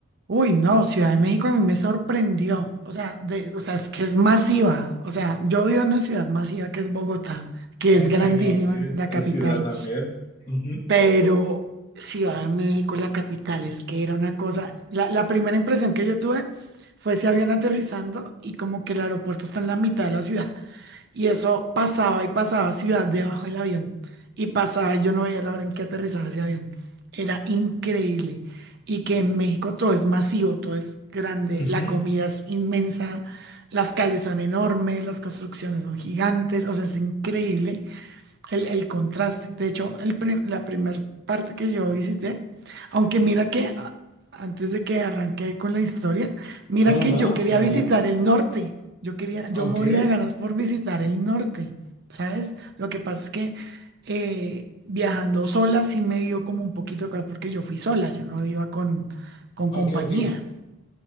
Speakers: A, on the right; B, on the left.
A: Uy, no, Ciudad de México a mí me sorprendió. O sea, de, o sea, es que es masiva. O sea, yo vivo en una ciudad masiva que es Bogotá, que
B: ok,
A: es grandísima,
B: no, sí, es,
A: la
B: es
A: capital.
B: ciudad también. Ujú,
A: Pero Ciudad de México, la capital, es que era una cosa. La, la primera impresión que yo tuve fue ese avión aterrizando y como que el aeropuerto está en la mitad de la ciudad. Y eso pasaba y pasaba ciudad debajo del avión. Y pasaba y yo no veía la hora en que aterrizaba ese avión. Era increíble. Y que en México todo es masivo, todo es grande,
B: ujú.
A: la comida es inmensa, las calles son enormes, las construcciones son gigantes, o sea, es increíble el, el contraste. De hecho, el pri- la primera parte que yo visité, aunque mira que a- antes de que arranque con la historia, mira
B: No,
A: que
B: no,
A: yo quería
B: adelante.
A: visitar el norte. Yo quería, yo
B: Ok,
A: moría de ganas por visitar el norte, ¿sabes? Lo que pasa es que eh, viajando sola sí me dio como un poquito de cosa, porque yo fui sola, yo no iba con, con
B: ok,
A: compañía.
B: ok.